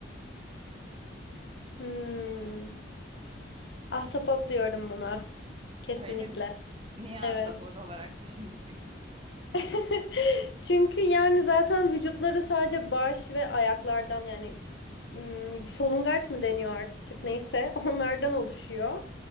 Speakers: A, on the left; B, on the right.
A: Hmm. Ahtapot diyorum buna. Kesinlikle.
B: Öyle mi? Niye ahtapot
A: Evet.
B: olarak <laughs> düşündün peki?
A: <laughs> Çünkü yani zaten vücutları sadece baş ve ayaklardan yani ım, solungaç mı deniyor artık neyse <laughs> onlardan oluşuyor.